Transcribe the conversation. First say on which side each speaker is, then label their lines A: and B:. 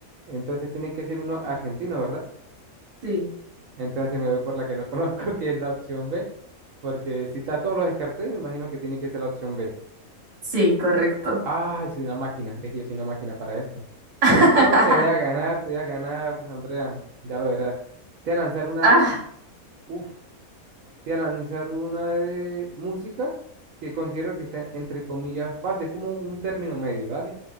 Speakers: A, on the right; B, on the right.
A: entonces tiene que ser uno argentino, ¿verdad?
B: Sí,
A: Entonces me voy por la que no conozco, <laughs> que es la opción B, porque si está todos los descarté, me imagino que tiene que ser la opción B.
B: sí, correcto.
A: Ay, soy una máquina, es que yo soy una máquina para esto.
B: <laughs>
A: No, te voy a ganar, te voy a ganar, Andrea, ya lo verás. Te voy a lanzar una,
B: Ah,
A: uf, Te voy a lanzar una de música que considero que está entre comillas fácil, es como un término medio, ¿vale?